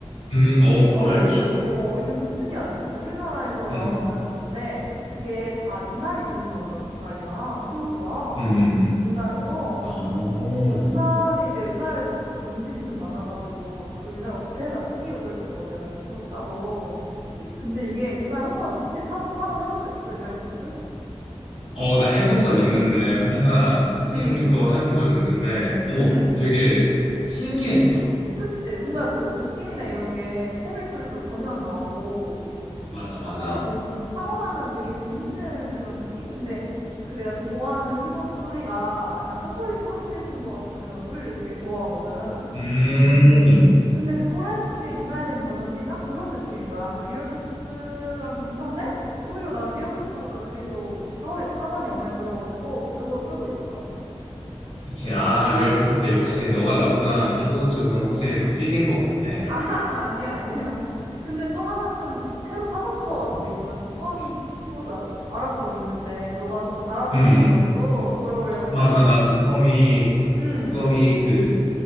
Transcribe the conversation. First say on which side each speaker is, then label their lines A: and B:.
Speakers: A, on the left (about 75°); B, on the right (about 90°).
A: 음, 어,
B: 우리
A: 코랄
B: 어,
A: 축?
B: 어 이름 좀 특이하지? 그 우리나라에서 나오는
A: 음.
B: 건데 그게 다유활이 돼서 나온단 말이야 키워드가
A: 음, 음,
B: 공장에서 그래서
A: 음. 어,
B: 오 유날이 내가 유활에도 좀 관심이 좀 많아가지고 막 그 유날 업체에다 맡기고 그랬었거든 키보드 따로 근데 이게 유활한번 혹시 타보, 타건 해본 적 있어 유활 키보드?
A: 어, 나 해본 적 있는데,
B: 응응.
A: 회사 책임질
B: 응,
A: 거 해본 적 있는데, 오,
B: 응응
A: 되게 신기했어.
B: 그치. 뭔가 그 느낌이나 이런 게 스테빌 소리도 전혀 안 나고,
A: 맞아, 맞아.
B: 타고, 어, 타고 나면 되게 재밌는 그런 느낌? 근데 그 내가 좀 좋아하는 키보드 소리가 약간 초콜릿 부러뜨리는 것 같은 그런 소리를 되게 좋아하거든.
A: 음,
B: 음. 근데 그 코랄축의 윤활된 버전이 딱 그런 느낌인 거야. 그 리얼포스랑 비슷한데? 오히려 난 리얼포스보다 그게 더 타고, 타원이 마음에 들어가지고 그거 쓰고 있어.
A: 그치. 아, 리얼포스 역시 너가 나보다 키보드 쪽은 확실히 더 찐인 것 같아.
B: 아, <laughs> 아니야, 아니야. 근데 또 하나 좀 새로 사고 싶어가지고 이번엔 독거미 키보드 알- 알아보고 있는데 너가 좀 잘한다
A: 음, 음,
B: 그래가지고
A: 음.
B: 물어보려고 했지.
A: 맞아. 나 독거미,
B: 음,
A: 독거미 그,